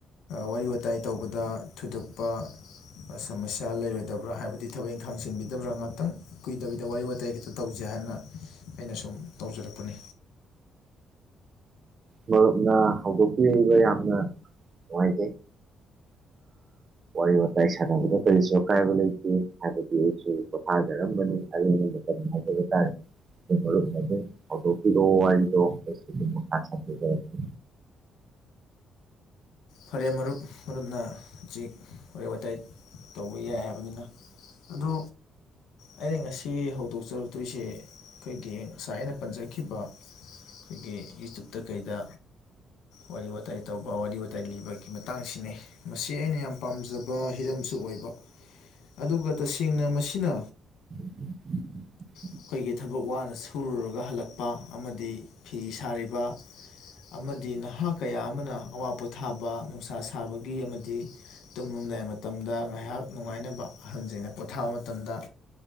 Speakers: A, on the left; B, on the right.
A: ꯋꯥꯔꯤ ꯋꯥꯇꯥꯏ ꯇꯧꯕꯗ ꯊꯣꯏꯗꯣꯛꯄ ꯁꯃꯁ꯭ꯌꯥ ꯂꯩꯔꯣꯏꯗꯕ꯭ꯔꯥ ꯍꯥꯏꯕꯗꯤ ꯊꯕꯛ ꯏꯪꯈꯥꯡ ꯆꯤꯟꯕꯤꯗꯕ꯭ꯔꯥ ꯈꯤꯇꯪ ꯀꯨꯏꯗꯕꯤꯗ ꯋꯥꯔꯤ ꯋꯇꯥꯏ ꯈꯤꯇ ꯇꯧꯖꯦ ꯍꯥꯏꯅ ꯑꯩꯅ ꯁꯨꯝ ꯇꯧꯖꯔꯛꯄꯅꯤ
B: ꯃꯔꯨꯞꯅ ꯍꯧꯗꯣꯛꯄꯤꯔꯛꯏꯕ ꯌꯥꯝꯅ ꯅꯨꯡꯉꯥꯏꯖꯩ ꯋꯥꯔꯤ ꯋꯥꯇꯥꯏ ꯁꯥꯟꯅꯕꯗ ꯀꯔꯤꯁꯨ ꯑꯀꯥꯏꯕ ꯂꯩꯇꯦ ꯍꯥꯏꯕꯗꯤ ꯁꯨ ꯄꯣꯊꯥꯖꯔꯝꯕꯅꯤ ꯑ ꯑꯩꯅꯂꯅꯤ ꯃꯇꯝ ꯍꯥꯏꯖꯕ ꯇꯥꯔꯦ ꯑꯩꯈꯣꯏ ꯃꯔꯨꯄꯅꯥ ꯑꯗꯨꯝ ꯍꯧꯗꯣꯛꯄꯤꯔꯛꯑꯣ ꯋꯥꯔꯤꯗꯣ ꯑꯩꯁꯨ ꯑꯗꯨꯝ ꯃꯈꯥ ꯁꯥꯃꯗꯥꯖꯔꯛꯀꯦ
A: ꯐꯔꯦ ꯃꯔꯨꯞ ꯃꯔꯨꯞꯅ ꯍꯧꯖꯤꯛ ꯋꯥꯔꯤ ꯋꯇꯏ ꯇꯧꯕ ꯌꯥꯏ ꯍꯥꯏꯕꯅꯤꯅ ꯑꯗꯨ ꯑꯩꯅ ꯉꯁꯤ ꯍꯧꯗꯣꯛꯆꯔꯛꯇꯣꯏꯁꯤ ꯑꯩꯈꯣꯏꯒꯤ ꯉꯁꯥꯏ ꯑꯩꯅ ꯄꯟꯖꯈꯤꯕ ꯑꯩꯈꯣꯏꯒꯤ ꯌꯨꯇꯨꯞꯇ ꯀꯩꯗ ꯋꯥꯔꯤ ꯋꯥꯥꯏ ꯇꯧꯕ ꯋꯥꯔꯤ ꯇꯜꯂꯤꯕꯒꯤ ꯃꯇꯥꯡꯁꯤꯅꯦ ꯃꯁꯤ ꯑꯩꯅ ꯌꯥꯝ ꯄꯥꯝꯖꯕ ꯍꯤꯔꯝꯁꯨ ꯑꯣꯏꯕ ꯑꯗꯨꯒ ꯇꯁꯦꯡꯅ ꯃꯁꯤꯅ
B: <inaudible>
A: ꯑꯩꯈꯣꯏꯒꯤ ꯊꯕꯛ ꯋꯥꯅ ꯁꯨꯔꯒ ꯍꯜꯂꯛ ꯄ ꯑꯃꯗꯤ ꯐꯤ ꯁꯥꯔꯤꯕ ꯑꯃꯗꯤ ꯅꯍꯥ ꯀꯌꯥ ꯑꯃꯅ ꯑꯋꯥ ꯄꯣꯊꯥꯕ ꯅꯨꯡꯁꯥ ꯁꯥꯕꯒꯤ ꯑꯃꯗꯤ ꯇꯨꯝꯂꯗꯥꯏ ꯃꯇꯝꯗ ꯉꯥꯏꯍꯥꯛ ꯅꯨꯡꯉꯥꯏꯅꯕ ꯑꯍꯜꯁꯤꯡꯅ ꯄꯣꯊꯥꯕ ꯃꯇꯝꯗ